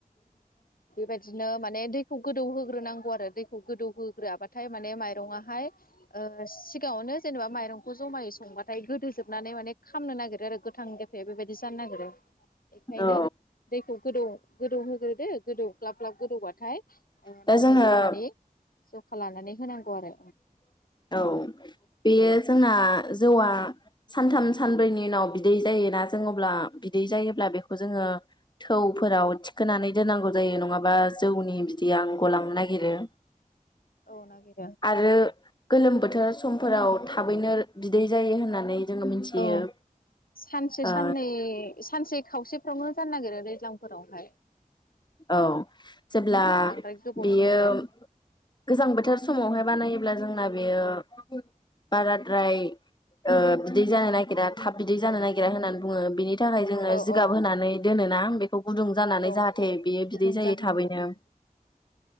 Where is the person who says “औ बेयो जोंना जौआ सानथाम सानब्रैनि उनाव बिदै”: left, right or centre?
Left